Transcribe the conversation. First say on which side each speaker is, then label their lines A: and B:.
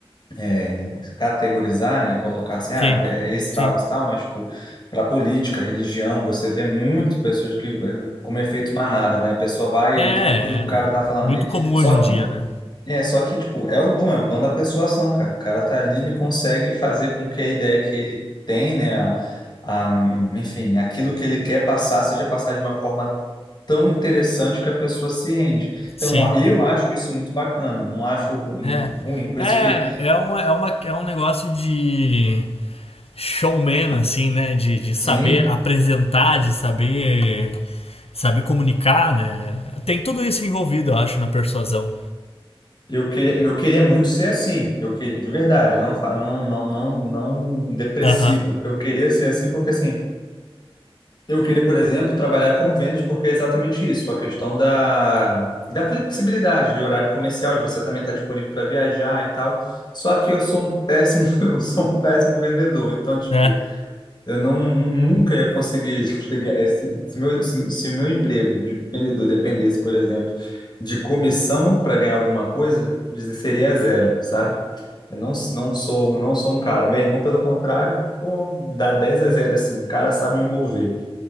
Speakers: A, on the left (about 45°); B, on the left (about 75°).
A: é, categorizar, né? Colocar assim,
B: sim,
A: ah, é esse
B: sim.
A: tal, esse tal, mas, tipo, para política, religião, você vê muito pessoas que, eh, como efeito manada, né? A pessoa vai,
B: É, é
A: aquilo que o cara tá falando
B: muito
A: ali,
B: comum hoje
A: só
B: em dia,
A: que
B: né?
A: é, só que, tipo, é o dom, é o dom da persuasão, cara. O cara tá ali, ele consegue fazer com que a ideia que ele tem, né, a, a- enfim, aquilo que ele quer passar seja passar de uma forma tão interessante que a pessoa se rende. Então,
B: Sim.
A: ó, eu acho isso muito bacana, não acho ru- um-
B: É.
A: ruim. Por
B: É,
A: isso que,
B: é, um, é, uma, é um negócio de. showman, assim, né? De, de saber
A: sim,
B: apresentar, de saber, saber comunicar, né? Tem tudo isso envolvido, eu acho, na persuasão.
A: eu queria, eu queria muito ser assim. Eu queria, de verdade, eu não, fa- não, não, não, não deprecio,
B: Aham.
A: porque eu queria ser assim, porque assim. Eu queria, por exemplo, trabalhar com vendas porque é exatamente isso, a questão da, da flexibilidade de horário comercial, de você também estar disponível para viajar e tal. Só que eu sou um péssimo, <laughs> eu sou um péssimo vendedor, então, tipo,
B: É,
A: eu não, nunca ia conseguir <laughs> pegar esse- se meu, se, se o meu emprego de vendedor dependesse, por exemplo, de comissão para ganhar alguma coisa, dizer seria zero, sabe? Eu não, não sou, não sou um cara. Meu irmão, pelo contrário, pô, dá 10 a zero assim, o cara sabe envolver.